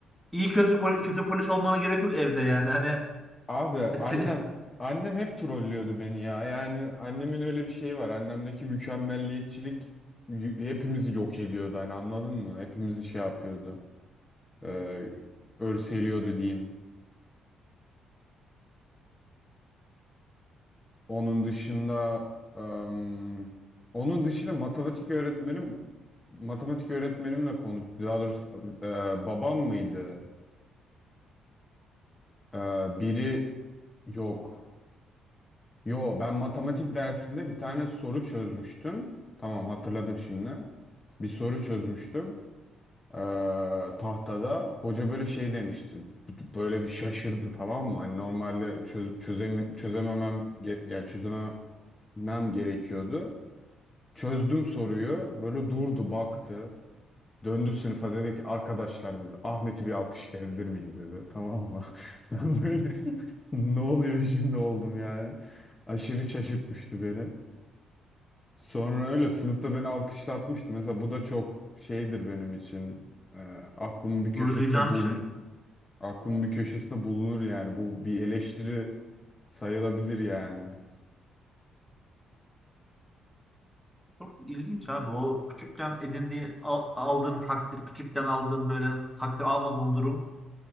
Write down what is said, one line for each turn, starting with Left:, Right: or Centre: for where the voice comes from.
Centre: iyi kötü, pol- kötü polis olmana gerek yok evde yani. Hani
Left: abi
Centre: <laughs> se-
Left: annem, annem hep trollüyordu beni ya. Yani annemin öyle bir şeyi var. Annemdeki mükemmelliyetçilik y- hepimizi yok ediyordu. Hani anladın mı? Hepimizi şey yapıyordu. e, örseliyordu diyeyim. Onun dışında em, onun dışında matematik öğretmenim matematik öğretmenimle konuş daha doğrusu e, babam mıydı? E, biri yok. Yo ben matematik dersinde bir tane soru çözmüştüm. Tamam hatırladım şimdi. Bir soru çözmüştüm. E, tahtada hoca böyle şey demişti. Böyle bir şaşırdı tamam mı? Hani normalde çöz, çözemem, çözememem ge- yani çözemem mem gerekiyordu. Çözdüm soruyu. Böyle durdu, baktı. Döndü sınıfa dedi ki arkadaşlar dedi Ahmet'i bir alkışlayabilir miyiz dedi. Tamam mı? <laughs> Ben böyle <laughs> ne oluyor şimdi oldum yani. Aşırı şaşırtmıştı beni. Sonra öyle sınıfta beni alkışlatmıştı. Mesela bu da çok şeydir benim için. Ee, aklımın bir köşesinde
Centre: gurur duyacağım
Left: bul
Centre: bir şey.
Left: aklımın bir köşesinde bulunur yani. Bu bir eleştiri sayılabilir yani.
Centre: Çok ilginç abi o küçükken edindiğin al- aldığın takdir, küçükken aldığın böyle takdir almadığın durum